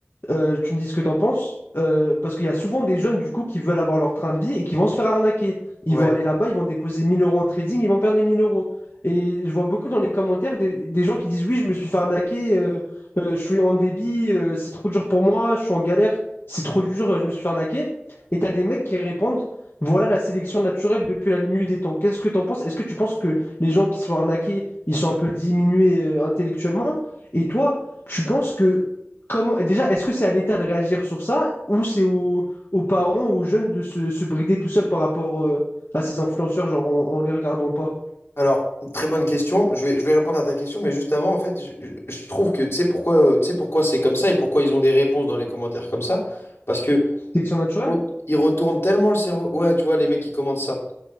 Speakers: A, on the left; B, on the left.
A: Euh, tu me dis ce que t'en penses, Euh, parce qu'il y a souvent des jeunes du coup qui veulent avoir leur train de vie et qui vont se faire arnaquer. Ils
B: ouais.
A: vont aller là-bas, ils vont déposer 1000 euros en trading, ils vont perdre les 1000 euros. Et je vois beaucoup dans les commentaires des, des gens qui disent oui, je me suis fait arnaquer, euh, euh, je suis en débit, euh, c'est trop dur pour moi, je suis en galère, c'est trop dur, euh, je me suis fait arnaquer. Et t'as des mecs qui répondent, voilà la sélection naturelle depuis la nuit des temps. Qu'est-ce que t'en penses? Est-ce que tu penses que les gens qui sont arnaqués, ils sont un peu diminués euh, intellectuellement? Et toi, tu penses que comment, déjà, est-ce que c'est à l'État de réagir sur ça ou c'est aux, aux parents ou aux jeunes de se, se brider tout seul par rapport euh, à ces influenceurs, genre en, en les regardant pas?
B: Alors, très bonne question. Je vais, je vais répondre à ta question, mais juste avant, en fait, je, je- je trouve que tu sais pourquoi, euh, tu sais pourquoi c'est comme ça et pourquoi ils ont des réponses dans les commentaires comme ça. Parce que
A: Sélection naturelle?
B: oh, ils retournent tellement le cerveau. Ouais, tu vois, les mecs qui commentent ça.